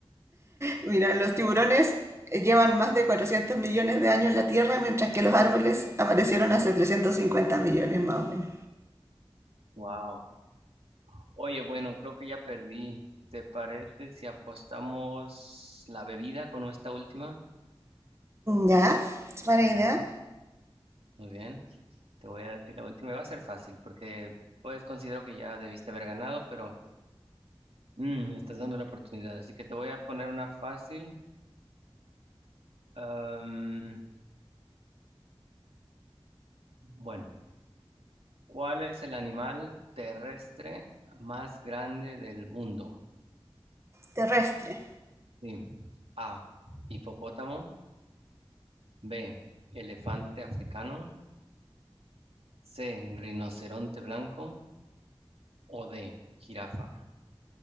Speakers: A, on the right (about 30°); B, on the right (about 80°).
A: Mira, los tiburones eh, llevan más de 400 millones de años en la Tierra, mientras que los árboles aparecieron hace 350 millones más o menos.
B: Wow. Oye, bueno, creo que ya perdí. ¿Te parece si apostamos la bebida con esta última?
A: Ya, Es buena idea.
B: Va, muy bien. Te voy a decir la última y va a ser fácil porque pues considero que ya debiste haber ganado, pero mm, me estás dando la oportunidad. Así que te voy a poner una fácil. Am, bueno, ¿cuál es el animal terrestre más grande del mundo?
A: Terrestre.
B: Sí. A. Hipopótamo. B. Elefante africano. C. Rinoceronte blanco. O D. Jirafa.